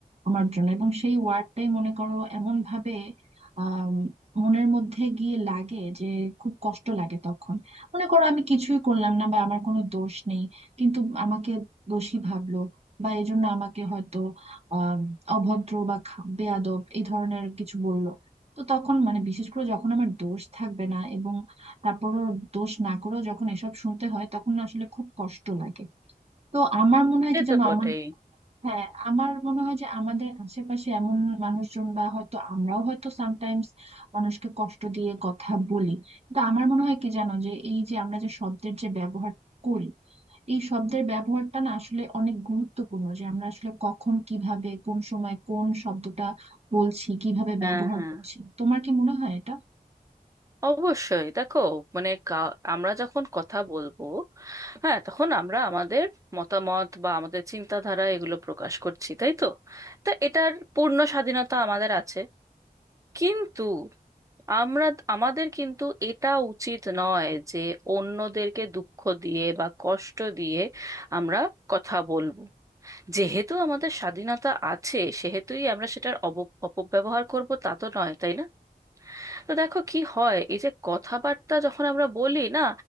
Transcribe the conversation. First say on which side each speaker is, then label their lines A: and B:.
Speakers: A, on the right (about 40°); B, on the right (about 20°).
A: আমার জন্য এবং সেই ওয়ার্ডটাই মনে করো এমন ভাবে আম, মনের মধ্যে গিয়ে লাগে যে খুব কষ্ট লাগে তখন মনে করো আমি কিছুই করলাম না বা আমার কোনো দোষ নেই কিন্তু আমাকে দোষী ভাবলো বা এজন্য আমাকে হয়তো আহ অভদ্র বা খা- বেয়াদব এই ধরনের কিছু বললো তো তখন মানে বিশেষ করে যখন আমার দোষ থাকবে না এবং তারপরও দোষ না করেও যখন এসব শুনতে হয় তখন না আসলে খুব কষ্ট লাগে তো আমার মনে হয়
B: সে
A: কি
B: তো
A: জানো
B: বটেই
A: আমার হ্যাঁ আমার মনে হয় যে আমাদের আশেপাশে এমন মানুষজন বা হয়তো আমরাও হয়তো সামটাইমস মানুষকে কষ্ট দিয়ে কথা বলি কিন্তু আমার মনে হয় কি জানো যে এই যে আমরা যে শব্দের যে ব্যবহার করি এই শব্দের ব্যবহারটা না আসলে অনেক গুরুত্বপূর্ণ যে আমরা আসলে কখন কিভাবে কোন সময় কোন শব্দটা বলছি কিভাবে
B: হ্যাঁ
A: ব্যবহার
B: হ্যাঁ
A: করছি তোমার কি মনে হয় এটা
B: অবশ্যই দেখো মানে কা- আমরা যখন কথা বলবো হ্যাঁ তখন আমরা আমাদের মতামত বা আমাদের চিন্তাধারা এগুলো প্রকাশ করছি তাই তো তা এটার পূর্ণ স্বাধীনতা আমাদের আছে কিন্তু আমরা আমাদের কিন্তু এটা উচিত নয় যে অন্যদেরকে দুঃখ দিয়ে বা কষ্ট দিয়ে আমরা কথা বলবো যেহেতু আমাদের স্বাধীনতা আছে সেহেতুই আমরা সেটার অব- অপব্যবহার করব তা তো নয় তাই না তো দেখো কি হয় এই যে কথাবার্তা যখন আমরা বলি না